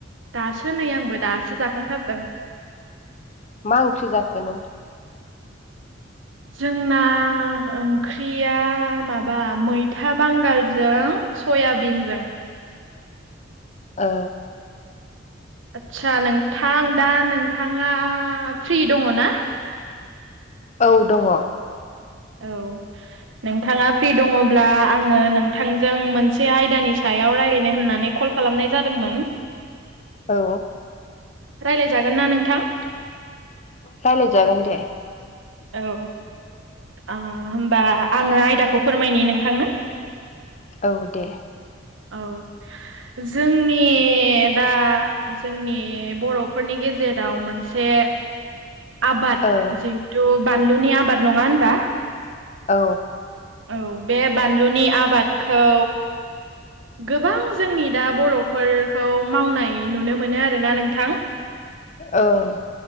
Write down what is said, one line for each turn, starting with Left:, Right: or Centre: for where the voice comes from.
Right: दासो नै आंबो दासो जाखांथारदों।
Left: मा ओंख्रि जाखो नो?
Right: जोंना ओंख्रिया माबा मैथा बांगालजों सयाबिनजों।
Left: ओ।
Right: आदसा नोंथां दा नोंथाङा फ्रि दङ ना?
Left: औ दङ।
Right: औ नोंथाङा फ्रि दङ'ब्ला आङो नोंथांजों मोनसे आयदानि सायाव रायलायनो होननानै कल खालामनाय जादोंमोन।
Left: औ
Right: रायलायजागोन ना नोंथां?
Left: रायलाय जागोन दे।
Right: औ आ होमबा आङो आयदाखौ फोरमायनि नोंथांनो।
Left: औ दे।
Right: औ जोंनि दा जोंनि बर'फोरनि गेजेराव मोनसे आबाद
Left: ओ
Right: जिहेथु बानलुनि आबाद नङा होनबा?
Left: औ
Right: औ बे बानलुनि आबादखौ गोबां जोंनि दा बर'फोरखौ मावनाय नुनो मोनो आरोना नोंथां। <inaudible>
Left: औ